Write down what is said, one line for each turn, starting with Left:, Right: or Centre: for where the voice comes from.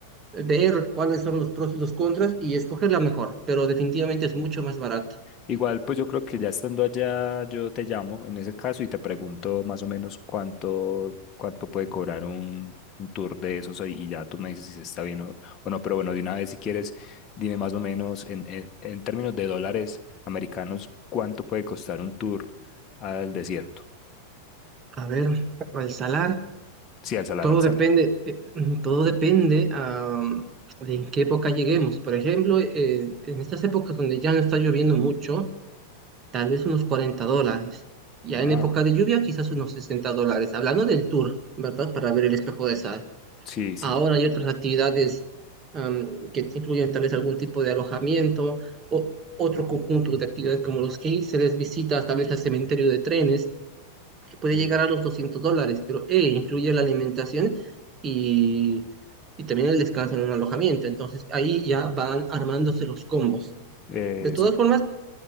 Right: ver cuáles son los pros y los contras y escoger la mejor, pero definitivamente es mucho más barato.
Left: Igual, pues yo creo que ya estando allá, yo te llamo en ese caso y te pregunto más o menos cuánto, cuánto puede cobrar un, un tour de esos ahí, y ya tú me dices si está bien o, o no. Pero bueno, de una vez, si quieres, dime más o menos en, en, en términos de dólares americanos, cuánto puede costar un tour al desierto.
Right: A ver, al salar.
Left: Sí, al salar,
Right: Todo
Left: al salar.
Right: depende, eh, <clears throat> todo depende am, de en qué época lleguemos. Por ejemplo, eh, en estas épocas donde ya no está lloviendo mucho, tal vez unos 40 dólares. Ya
Left: Ah,
Right: en época de lluvia, quizás unos 60 dólares. Hablando del tour, ¿verdad? Para ver el espejo de sal.
Left: sí, sí.
Right: Ahora hay otras actividades am, que incluyen tal vez algún tipo de alojamiento o otro conjunto de actividades como los que hice, les visitas, tal vez al cementerio de trenes que puede
Left: Uh,
Right: llegar a los 200 dólares, pero eh, incluye la alimentación y, y también el descanso en un alojamiento. Entonces ahí ya van armándose los combos.
Left: eso.
Right: De todas formas,